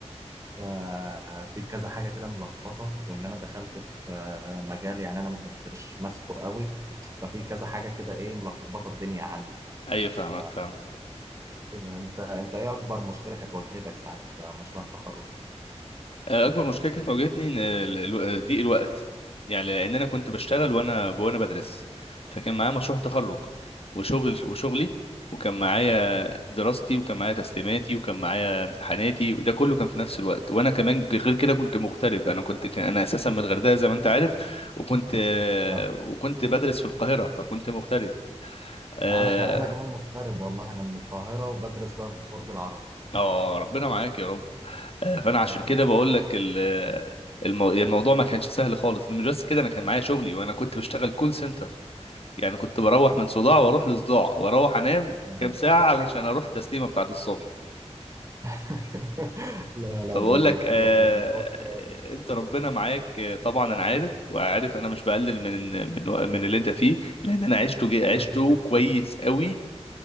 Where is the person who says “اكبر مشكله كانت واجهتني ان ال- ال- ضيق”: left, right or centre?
Left